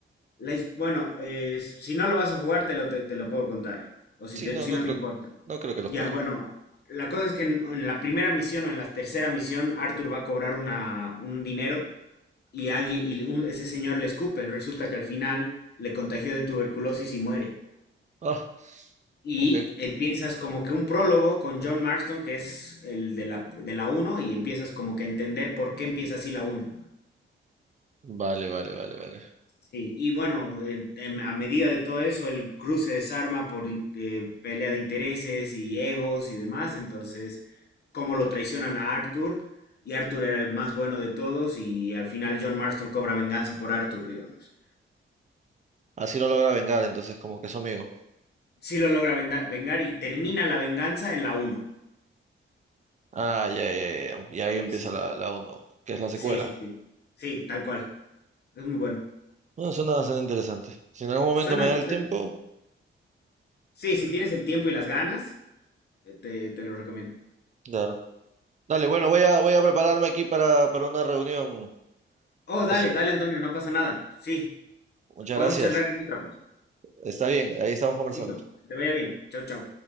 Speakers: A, on the left; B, on the right.
A: La his- bueno, eh, si no lo vas a jugar, te lo, te, te lo puedo contar. O si,
B: Sí,
A: te-
B: no,
A: si
B: no
A: no
B: creo,
A: te importa.
B: no creo que lo
A: Ya,
B: juegue.
A: bueno, la cosa es que en, en la primera misión o en la tercera misión, Arthur va a cobrar una, un dinero y alguien y un- ese señor le escupe. Resulta que al final le contagió de tuberculosis y muere.
B: Ah,
A: Y
B: ok.
A: empiezas como que un prólogo con John Marston, que es el de la, de la uno y empiezas como que a entender por qué empieza así la uno
B: Vale, vale, vale, vale.
A: Sí, y bueno, en- en- a medida de todo eso, el cruce se desarma por in- eh, pelea de intereses y egos y demás. Entonces, cómo lo traicionan a Arthur, y Arthur era el más bueno de todos, y al final John Marston cobra venganza por Arthur, digamos.
B: Así lo logra vengar, entonces como que es su amigo.
A: Sí lo logra venda- vengar y termina la venganza en la uno
B: Ah, ya, ya, ya. Y ahí
A: Sí,
B: empieza
A: sí, sí,
B: la, la uno, que es la secuela.
A: sí, sí, sí, sí, tal cual. Es muy bueno.
B: Bueno, suena bastante interesante. Si en algún momento
A: Suena,
B: me da el
A: suena.
B: tiempo,
A: Sí, si tienes el tiempo y las ganas, eh, te, te lo recomiendo.
B: claro. Dale, bueno, voy a, voy a prepararme aquí para, para una reunión.
A: Oh, dale,
B: As-
A: dale, Antonio, no pasa nada. Sí,
B: Muchas
A: podemos
B: gracias.
A: charlar en otra, pues.
B: Está bien, ahí estamos conversando.
A: Listo, que te vaya bien. Chao, chao.